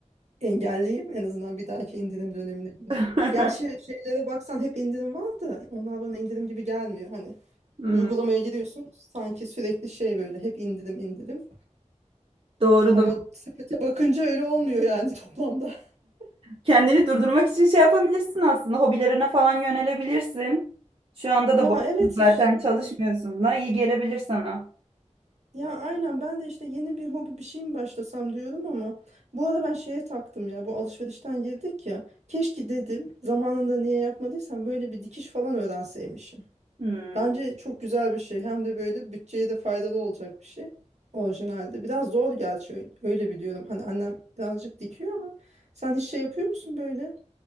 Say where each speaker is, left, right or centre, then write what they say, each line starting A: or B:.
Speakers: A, on the right; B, on the right.
A: Engelleyeyim en azından bir dahaki indirim dönemine göre.
B: <laughs>
A: Gerçi şeylere baksan hep indirim var da onlar bana indirim gibi gelmiyor. Hani
B: Hmm,
A: uygulamaya giriyorsun sanki sürekli şey böyle hep indirim indirim.
B: doğru
A: Ama
B: doğru.
A: sepete bakınca öyle olmuyor yani toplamda. <laughs>
B: Kendini durdurmak için şey yapabilirsin aslında. Hobilerine falan yönelebilirsin. Şu anda da
A: Ya
B: boşsun
A: evet
B: zaten
A: işte.
B: çalışmıyorsun da iyi gelebilir sana.
A: Ya aynen ben de işte yeni bir hobi bir şey mi başlasam diyorum ama bu ara ben şeye taktım ya bu alışverişten girdik ya keşke dedim zamanında niye yapmadıysam böyle bir dikiş falan öğrenseymişim.
B: Hmm.
A: Bence çok güzel bir şey hem de böyle bütçeye de faydalı olacak bir şey orijinalde. Biraz zor gerçi öyle, öyle biliyorum hani annem birazcık dikiyor ama sen hiç şey yapıyor musun böyle?